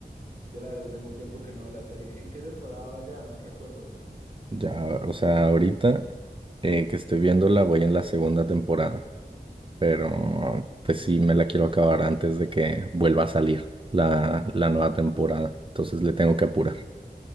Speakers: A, on the right; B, on the right.
A: yo la verdad tengo tiempo que no veo la serie. ¿En qué temporada va ya? No recuerdo.
B: Ya, o sea, ahorita eh, que estoy viéndola, voy en la segunda temporada. pero pues sí me la quiero acabar antes de que vuelva a salir la, la nueva temporada. Entonces le tengo que apurar.